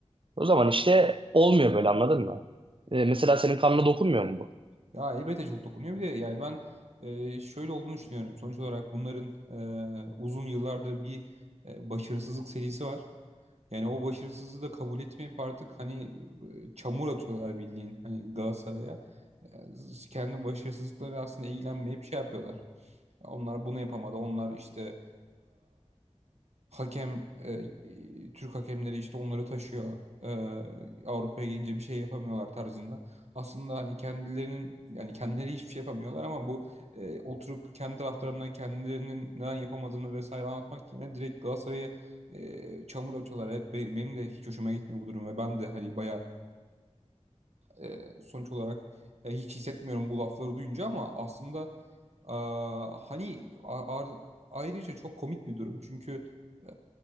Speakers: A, on the right (about 45°); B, on the right (about 65°).
A: O zaman işte olmuyor böyle anladın mı? E, mesela senin kanına dokunmuyor mu bu?
B: Ya elbette çok dokunuyor. Bir de yani ben e, şöyle olduğunu düşünüyorum. Sonuç olarak bunların e, uzun yıllardır bir e, başarısızlık serisi var. Yani o başarısızlığı da kabul etmeyip artık hani e, çamur atıyorlar bildiğin hani Galatasaray'a. E, kendi başarısızlıkları aslında ilgilenmeyip şey yapıyorlar. Onlar bunu yapamadı. Onlar işte Hakem e, e, Türk hakemleri işte onları taşıyor. E, Avrupa'ya gelince bir şey yapamıyorlar tarzında. Aslında hani kendilerinin yani kendileri hiçbir şey yapamıyorlar ama bu e, oturup kendi taraftarlarına kendilerinin neden yapamadığını vesaire anlatmak yerine direkt Galatasaray'a e, çamur atıyorlar. Evet be- benim de hiç hoşuma gitmiyor bu durum ve ben de hani bayağı e, sonuç olarak e, hiç hissetmiyorum bu lafları duyunca ama aslında a, hani a- a- ayrıca çok komik bir durum. Çünkü e,